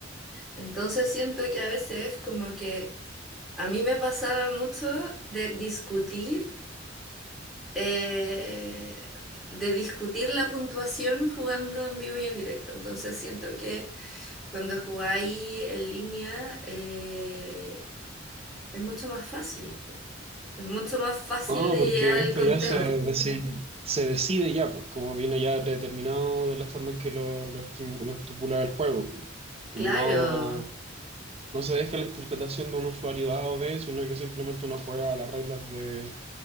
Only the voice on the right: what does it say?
Ah,
porque
esto
ya se decide, se decide ya, pues, como viene ya predeterminado de la forma en que lo, lo estimu- lo estipula el juego. pues. Como
no, no se deja la interpretación de un usuario A o B, sino que simplemente uno juega a las reglas de,